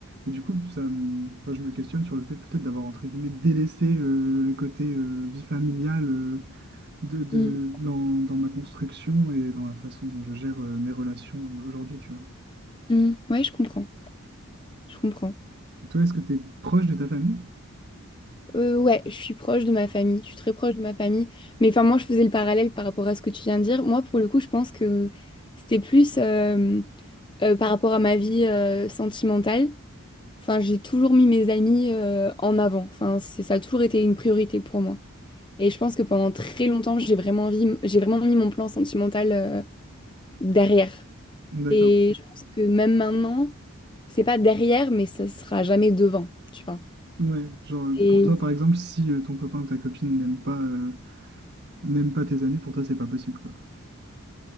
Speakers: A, on the right; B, on the left.
A: Et du coup, ça, me- enfin, je me questionne sur le fait peut-être d'avoir, entre guillemets, délaissé euh, le côté euh, vie familiale euh, de, de,
B: mm,
A: dans, dans ma construction et dans la façon dont je gère euh, mes relations euh, aujourd'hui, tu vois.
B: mm. mm. Ouais, je comprends. Je comprends.
A: Toi, est-ce que t'es proche de ta famille?
B: Euh, ouais, je suis proche de ma famille. Je suis très proche de ma famille. Mais enfin, moi, je faisais le parallèle par rapport à ce que tu viens de dire. Moi, pour le coup, je pense que c'était plus euh, euh, par rapport à ma vie euh, sentimentale. Enfin, j'ai toujours mis mes amis euh, en avant. Enfin, c'est, ça a toujours été une priorité pour moi. Et je pense que pendant très longtemps, j'ai vraiment envie- j'ai vraiment mis mon plan sentimental euh, derrière.
A: D'accord.
B: Et je pense que même maintenant, c'est pas derrière, mais ça sera jamais devant, tu vois.
A: Ouais, genre euh,
B: Et
A: pour toi par exemple, si euh, ton copain ou ta copine n'aime pas euh, n'aime pas tes amis, pour toi c'est pas possible quoi.